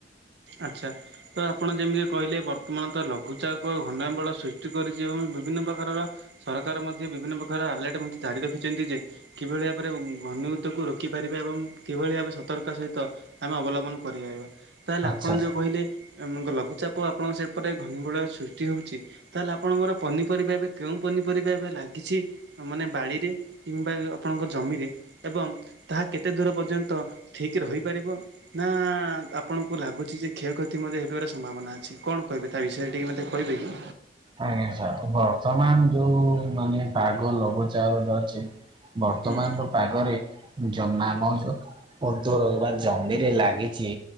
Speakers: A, on the right (about 70°); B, on the right (about 25°).
A: ଆଛା ତ ଆପଣ ଯେମିତି କହିଲେ ବର୍ତ୍ତମାନ ତ ଲଘୁଚାପ ଘନା ବଳ ସୃଷ୍ଟି କରିଛି ଏବଂ ବିଭିନ୍ନ ପ୍ରକାରର ସରକାର ମଧ୍ୟ ବିଭିନ୍ନ ପ୍ରକାର ଆଲର୍ଟ ମଧ୍ୟ ଜାରି ରଖିଛନ୍ତି। କିଭଳି ଭାବରେ ଘନି ଭୂତକୁ ରୋକିପାରିବେ ଏବଂ କିଭଳି ଭାରେ ସତର୍କ ସହିତ ଆମେ ଅବଲମ୍ବ କଣ କରିପାରିବା ତାହେଲେ
B: ଆଚ୍ଛା
A: ଆପଣ ଯୋଉ
B: ସାର୍।
A: କହିଲେ ଆପଣଙ୍କ ଲଘୁଚାପ ଆପଣଙ୍କ ସେପଟେ ଘନୀବଳୟ ସୃଷ୍ଟି ହେଉଛି, ତାହେଲେ ଆପଣଙ୍କର ପନିପରିବା ଏବେ କେଉଁ ପରିବା ଏବେ ଲାଗିଚି, ଆଉ ମାନେ ବାଡ଼ିରେ କିମ୍ବା ଆପଣଙ୍କ ଜମିରେ ଏବଂ ତାହା କେତେ ଦୂର ପର୍ଯ୍ୟନ୍ତ ଠିକ୍ ରହିପାରିବ ନା ଆପଣଙ୍କୁ ଲାଗୁ କ୍ଷୟକ୍ଷତି ମଧ୍ୟ ହେଇଯିବାର ସମ୍ଭାବନା ଅଛି, କଣ କହିବେ ତା ବିଷୟରେ ଟିକେ ମତେ କହିବେ କି?
B: ଆଜ୍ଞା ସାର୍, ବର୍ତ୍ତମାନ ଯେଉଁ ମାନେ ପାଗ ଲଘୁଚାପରେ ଅଛି। ବର୍ତ୍ତମାନର
A: ହୁଁ
B: ପାଗରେ ଜମା <unintelligible> ତର ଅବା ଜମିରେ ଲାଗିଛି